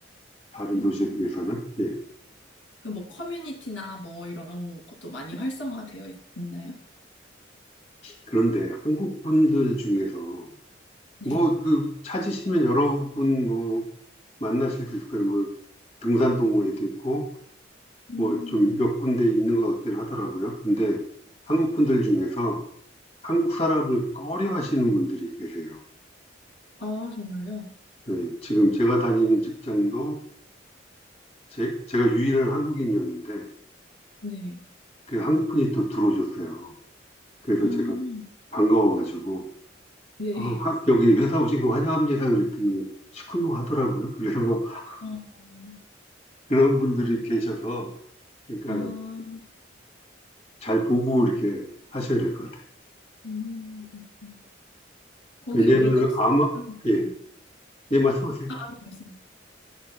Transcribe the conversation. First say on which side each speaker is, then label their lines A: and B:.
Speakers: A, on the left; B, on the left.
A: 다른
B: 음,
A: 도시에 비해서는. 예.
B: 그 뭐 커뮤니티나 뭐 이런 것도 많이 활성화되어 있- 있나요?
A: 그런데 한국 분들 중에서
B: 네.
A: 뭐 그 찾으시면 여러분 뭐 만나실 수 있을 거예요. 뭐 등산 동호회도 있고
B: 음.
A: 뭐 좀 몇 군데 있는 것 같긴 하더라고요. 근데 한국 분들 중에서 한국 사람을 꺼려 하시는 분들이 계세요.
B: 아, 정말요?
A: 예, 지금 제가 다니는 직장도 제, 제가 유일한 한국인이었는데
B: 네.
A: 그 한국 분이 또 들어오셨어요. 그래서
B: 음,
A: 제가 반가워가지고
B: 네.
A: 어, 화- 여기 회사 오신 거 환영합니다. 그랬더니 시큰둥 하더라고요. 그래서 <laughs>
B: 어,
A: 그런 분들이 계셔서, 그러니까
B: 아,
A: 잘 보고 이렇게 하셔야 될 것 같아요.
B: 음, 그렇구나. 거기
A: 왜냐면
B: 외국, 사-
A: 아마,
B: 음.
A: 예,
B: 네.
A: 예, 말씀하세요.
B: 아, 아니, 말씀하세요.